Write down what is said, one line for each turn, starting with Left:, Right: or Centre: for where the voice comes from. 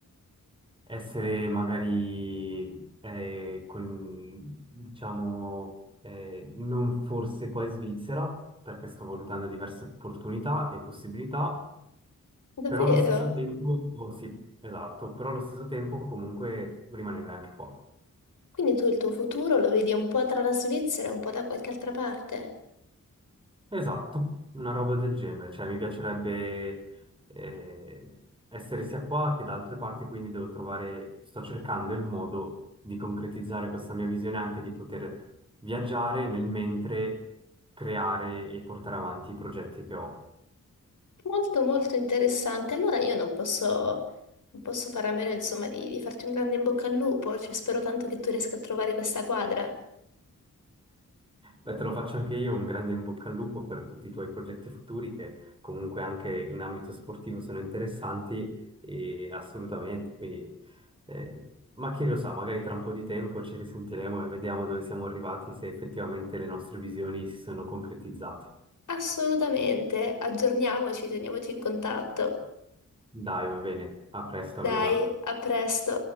Right: essere magari eh, con, diciamo, eh, non forse qua in Svizzera, perché sto valutando diverse opportunità e possibilità
Left: Davvero?
Right: però allo stesso tempo, sì, esatto, però allo stesso tempo comunque rimanere anche qua.
Left: Quindi tu il tuo futuro lo vedi un po' tra la Svizzera e un po' da qualche altra parte?
Right: Esatto, una roba del genere, cioè mi piacerebbe eh, essere sia qua che da altre parti, quindi devo trovare, sto cercando il modo di concretizzare questa mia visione anche di poter viaggiare nel mentre creare e portare avanti i progetti che ho.
Left: Molto molto interessante. Allora io non posso, non posso fare a meno, insomma, di, di farti un grande in bocca al lupo. Cioè, spero tanto che tu riesca a trovare questa quadra.
Right: Beh, te lo faccio anche io, un grande in bocca al lupo per tutti i tuoi progetti futuri che comunque anche in ambito sportivo sono interessanti e assolutamente, quindi eh, ma chi lo sa, magari tra un po' di tempo ci risentiremo e vediamo dove siamo arrivati, se effettivamente le nostre visioni si sono concretizzate.
Left: Assolutamente, aggiorniamoci, teniamoci in contatto.
Right: Dai, va bene, a presto allora.
Left: Dai, a presto.